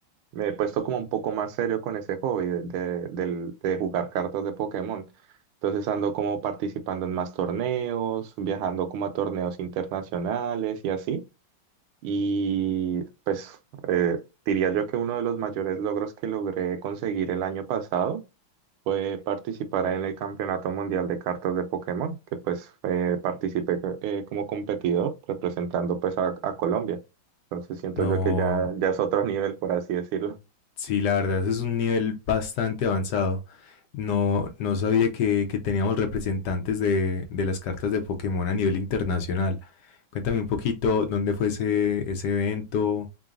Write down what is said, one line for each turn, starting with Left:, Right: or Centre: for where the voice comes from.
Right: me he puesto como un poco más serio con ese hobby de, de- del- de jugar cartas de Pokémon. Entonces ando como participando en más torneos, viajando como a torneos internacionales y así. Y pues eh, diría yo que uno de los mayores logros que logré conseguir el año pasado fue participar en el Campeonato Mundial de Cartas de Pokémon, que pues eh, participé eh, como competidor representando pues a, a Colombia. Entonces siento
Left: No,
Right: yo que ya, ya es otro <laughs> nivel, por así decirlo.
Left: Sí, la verdad es un nivel bastante avanzado. No, no sabía que, que teníamos representantes de, de las cartas de Pokémon a nivel internacional. Cuéntame un poquito dónde fue ese, ese evento,